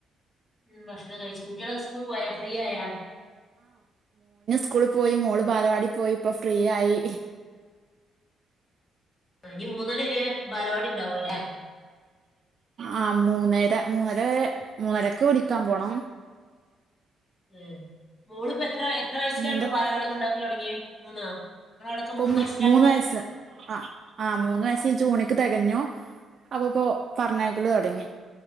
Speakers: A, on the left; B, on the right.
A: ഉം ഭക്ഷണം കഴിച്ചു കുട്ടികളൊക്കേ സ്കൂൾ പോയാ ഫ്രീ ആയാ
B: സ്കൂള് പോയി മോള് ബാലവാടി പോയി ഇപ്പോ ഫ്രീ ആയി
A: ആ ഇനി മൂന്ന് മണി വരെ ബാലവാടി ഇണ്ടാവും ല്ലേ
B: ആ മൂന്നര മൂന്നര വരെ മൂന്നരക്ക് വിളിക്കാൻ പോണം
A: ഉം മോളിപ്പോ എത്ര - ത്ര വയസ്സിലാ
B: എന്താ
A: ഇപ്പോ ബാല വാടി കൊണ്ടാക്കല് തുടങ്ങിയേ മൂന്നോ നിങ്ങളവിടൊക്കെ
B: ഇപ്പൊ
A: വയസ്സിലാക്കുക
B: മൂന്ന് വയസ്സ് ആ ആ മൂന്ന് വയസ് ജൂണി തെകഞ്ഞോ അപ്പപ്പോ പറഞ്ഞ ക്കല്
A: ഉം.
B: തൊടങ്ങി